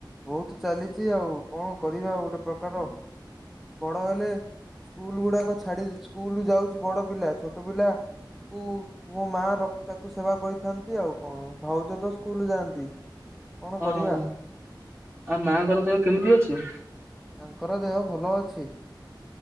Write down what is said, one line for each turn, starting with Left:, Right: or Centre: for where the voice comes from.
Centre: ବହୁତ ଚାଲିଛି ଆଉ କଣ କରିବା ଗୋଟେ ପ୍ରକାର ବଡ ହେଲେ ସ୍କୁଲ ଗୁଡାକ ଛାଡି ସ୍କୁଲ ଯାଉଛି ବଡ ପିଲା ଛୋଟ ପିଲା କ ମୋ ମା ର ତାକୁ ସେବା କରିଥାନ୍ତି ଆଉ କଣ ଭାଉଜ ତ ସ୍କୁଲ ଯାଆନ୍ତି କଣ
Right: ହଁ
Centre: କରିବା
Right: ହଁ ଆଉ ମାଙ୍କର ଦେହ କେମିତି ଅଛି?
Centre: ତାଙ୍କର ଦେହ ଭଲ ଅଛି